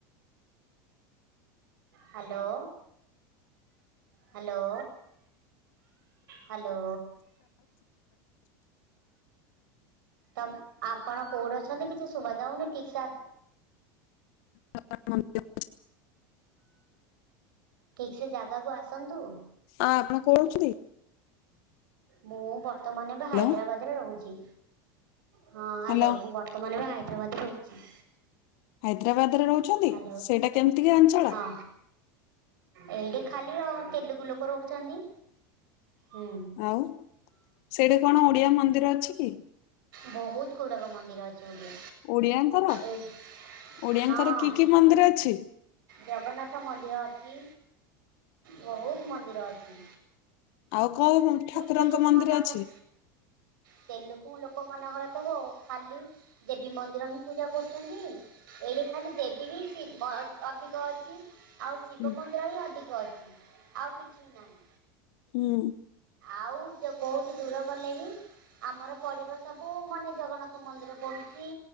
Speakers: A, on the right; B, on the left.
A: ହ୍ୟାଲୋ। ହ୍ୟାଲୋ। ହାଲୋ ତ ଆପଣ କେଉଁଠି ଅଛନ୍ତି କିଛି ଶୁଭା ଯାଉନି ଠିକ୍ ସା
B: <inaudible>
A: ଠିକ୍ ସେ ଜାଗାକୁ ଆସନ୍ତୁ।
B: ଆଁ ଆପଣ କୋଉଁ ଅଛନ୍ତି?
A: ମୁଁ ବର୍ତ୍ତମାନ ଏବେ ହାଇଦ୍ରାବାଦରେ
B: ହ୍ୟାଲୋ
A: ରହୁଛି, ହଁ
B: ହ୍ୟାଲୋ
A: ହାଲୋ ମୁଁ ତମାନେ ହାଇଦ୍ରାବାଦରେ ରହୁଛି।
B: ହାଇଦ୍ରାବାଦରେ ରହୁଛନ୍ତି,
A: ହ୍ୟାଲୋ
B: ସେଇଟା କେମିତିକା ଅଞ୍ଚଳ?
A: ହଁ ଏଇଠି ଖାଲି ଆଉ ତେଲୁଗୁ ଲୋକ ରହୁଛନ୍ତି। ହୁଁ
B: ଆଉ ସେଠି କଣ ଓଡିଆ ମନ୍ଦିର ଅଛି କି?
A: ବୋହୁତ୍ ଗୁଡାକ ମନ୍ଦିର ଅଛି।
B: ଓଡିଆଙ୍କର
A: ଏକ୍
B: ଓଡିଆଙ୍କର
A: ହଁ।
B: କି କି ମନ୍ଦିର ଅଛି
A: ଜଗନ୍ନାଥ ମନ୍ଦିର ଅଛି, ବୋହୁତ୍ ମନ୍ଦିର ଅଛି।
B: ଆଉ କୋଉ ଠାକୁରଙ୍କ
A: ତେଲୁଗୁ
B: ମନ୍ଦିର
A: ମାନଙ୍କ
B: ଅଛି?
A: ତେଲୁଗୁ ଲୋକ ମାନଙ୍କର ତ ଖାଲି। ଦେବୀ ମନ୍ଦିର ହିଁ ପୂଜା କରୁଛନ୍ତି, ଏଇଠି ଖାଲି ଦେବୀ ହିଁ ଶିବ। ଅଧିକ ଅଛି, ଆଉ ଶିବ
B: ହୁଁ
A: ମନ୍ଦିର ହିଁ ଅଧିକ ଅଛି, ଆଉ କିଛି ନାହିଁ।
B: ହୁଁ।
A: ଆଉ ବୋହୁତୁ ଦୂର ଗଲେ ହିଁ। ଆମର ପଡିବ ସବୁ ମାନେ ଜଗନ୍ନାଥ ମନ୍ଦିର ପଢୁଛି।